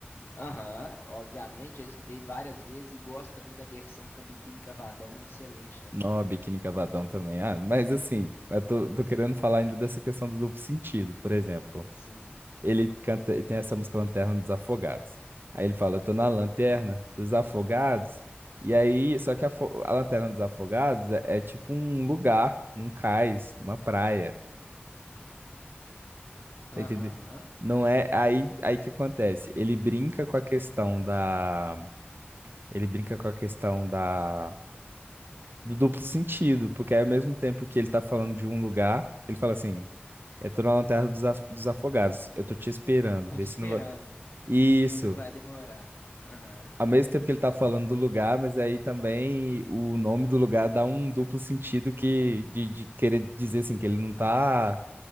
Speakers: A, on the left; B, on the right.
A: Aham, obviamente, já escutei várias vezes e gosto também da versão com biquíni cavadão, excelente também.
B: Não, a Biquíni Cavadão também. Ah, mas assim, eu tô, tô querendo falar ainda dessa questão do duplo sentido. Por exemplo,
A: Sim,
B: ele canta, ele tem essa música Lanterna dos Afogados. Aí ele fala, eu tô na lanterna dos afogados. E aí, só que a, fo- a lanterna dos afogados é, é tipo um lugar, num cais, numa praia.
A: aham,
B: Tá entendendo? Não é aí, aí que acontece. Ele brinca com a questão da, ele brinca com a questão da do duplo sentido, porque ao mesmo tempo que ele tá falando de um lugar, ele fala assim: eu tô na lanterna dos, as- dos afogados, eu tô te esperando,
A: Tô
B: vê
A: te
B: se
A: esperando,
B: não vai. Isso.
A: vê se não vai demorar. Aham,
B: Ao mesmo tempo que ele tá falando do lugar, mas aí também o nome do lugar dá um duplo sentido que de, de querer dizer assim que ele não tá,